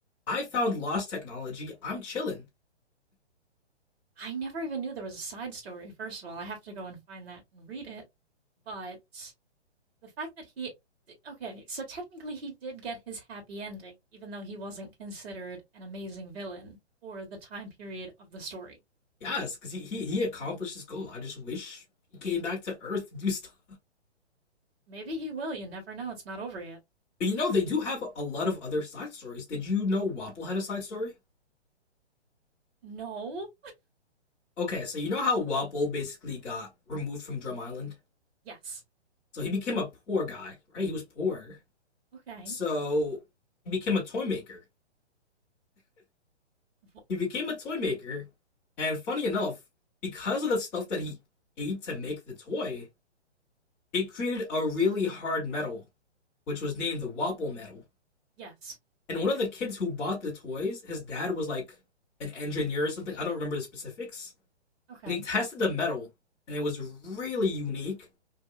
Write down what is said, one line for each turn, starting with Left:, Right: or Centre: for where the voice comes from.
Centre: I found lost technology. I'm chilling."
Right: I never even knew there was a side story. First of all, I have to go and find that and read it. But the fact that he okay, so technically he did get his happy ending, even though he wasn't considered an amazing villain for the time period of the story.
Centre: Yes, because he, he he accomplished his goal. I just wish he came back to Earth to do <laughs> stuff.
Right: Maybe he will, you never know, it's not over yet.
Centre: But you know, they do have a lot of other side stories. Did you know Wapple had a side story?
Right: No.
Centre: Okay, so you know how Wapple basically got removed from Drum Island?
Right: Yes.
Centre: So he became a poor guy, right? He was poor.
Right: Okay.
Centre: So he became a toy maker.
Right: Wh-
Centre: He became a toy maker, and funny enough, because of the stuff that he ate to make the toy, it created a really hard metal, which was named the Wapple metal.
Right: yes.
Centre: And one of the kids who bought the toys, his dad was like an engineer or something. I don't remember the specifics.
Right: Okay.
Centre: And he tested the metal, and it was really unique.